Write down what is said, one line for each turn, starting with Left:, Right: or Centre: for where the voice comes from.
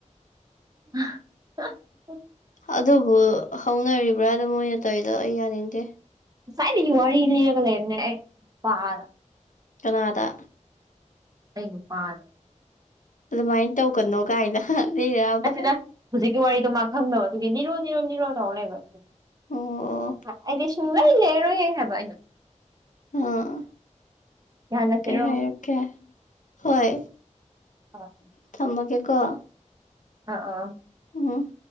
Right: <unintelligible>
Left: ꯑꯗꯨꯕꯨ ꯍꯧꯅꯔꯤꯕ꯭ꯔꯥꯗ ꯃꯣꯏꯅ ꯇꯧꯔꯤꯗꯣ ꯑꯩ ꯌꯥꯅꯤꯡꯗꯦ
Right: ꯉꯁꯥꯏꯗꯒꯤ ꯋꯥꯔꯤ ꯂꯤꯔꯒ ꯂꯩꯕꯅꯦ ꯑꯩ ꯄꯥꯗ
Left: ꯀꯅꯥꯗ
Right: ꯑꯩ ꯅꯨꯄꯥꯥꯗ
Left: ꯑꯗꯨꯃꯥꯏꯅ ꯇꯧꯒꯅꯣ ꯀꯥꯏꯅ ꯂꯤꯔꯤꯔꯕ
Right: ꯅꯠꯇꯦꯗ ꯍꯧꯖꯤꯛꯀꯤ ꯋꯥꯔꯤꯗꯣ ꯃꯥ ꯈꯪꯗꯕ ꯑꯗꯨꯒꯤ ꯂꯤꯔꯣ ꯂꯤꯃꯣꯟ ꯂꯤꯔꯣ ꯇꯧꯔ ꯂꯩꯕ ꯑꯗꯨ
Left: ꯑꯣ
Right: ꯑꯩꯗꯤ ꯁꯨꯡꯂꯩ ꯂꯤꯔꯔꯣꯏ ꯍꯥꯏꯕ ꯑꯩꯅ
Left: ꯑꯥꯑꯥ
Right: ꯌꯥꯍꯜꯂꯁꯤꯔꯣ
Left: ꯀꯩ ꯍꯥꯏꯔꯛ ꯀꯦ ꯍꯣꯏ
Right: ꯑꯥ
Left: ꯊꯝꯃꯒꯦꯀꯣ
Right: ꯑ ꯑꯥ
Left: ꯎꯝ